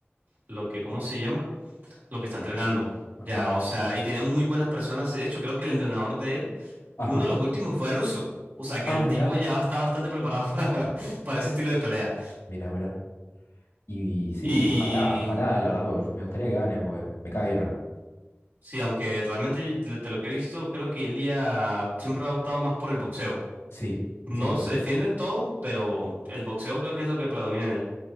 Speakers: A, on the right; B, on the left.
A: lo que, ¿cómo se llama? lo que está entrenando. Ya,
B: Ajá,
A: o sea, y tiene muy buenas personas. Y de hecho, creo que el entrenador de él,
B: ajá.
A: uno de los últimos fue ruso. O sea, que
B: Ah,
A: el
B: mirá,
A: tipo ya está bastante preparado <laughs> para, para ese estilo de pelea.
B: mirá, mirá. Y, sí,
A: Y
B: ojalá, ojalá, la verdad, porque me gustaría que gane, porque me cae bien ahora.
A: sí, aunque realmente de de lo que he visto, creo que Ilia siempre ha optado más por el boxeo.
B: Sí,
A: No
B: 100%.
A: se defiende en todo, pero el boxeo creo que es lo que predomina en él.